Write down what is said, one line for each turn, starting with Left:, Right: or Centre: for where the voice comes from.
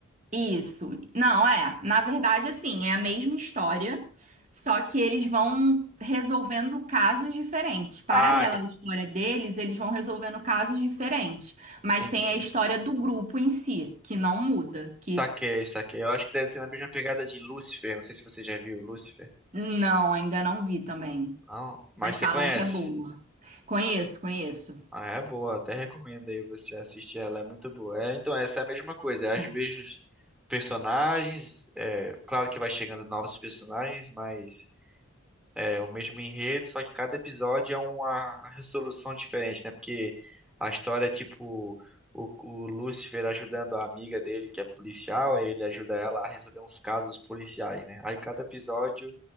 Right: Isso. Não, é. Na verdade, assim, é a mesma história, só que eles vão resolvendo casos diferentes. Paralela
Centre: Ah,
Right: à história deles, eles vão resolvendo casos diferentes. Mas
Centre: entendi.
Right: tem a história do grupo em si, que não muda, que
Centre: Saquei, saquei. Eu acho que deve ser na mesma pegada de Lucifer. Não sei se você já viu Lucifer.
Right: não, ainda não vi também.
Centre: Não, mas
Right: Mas
Centre: você
Right: falam
Centre: conhece.
Right: que é boa. Conheço, conheço.
Centre: Ah, é boa. Até recomendo aí você assistir ela. É muito boa. É, então, essa é a mesma coisa. É os
Right: Ah.
Centre: mesmos personagens. é, claro que vai chegando novos personagens, mas É o mesmo enredo, só que cada episódio é uma resolução diferente, né? Porque a história é tipo o, o Lucifer ajudando a amiga dele, que é policial, aí ele ajuda ela a resolver uns casos policiais, né? Aí cada episódio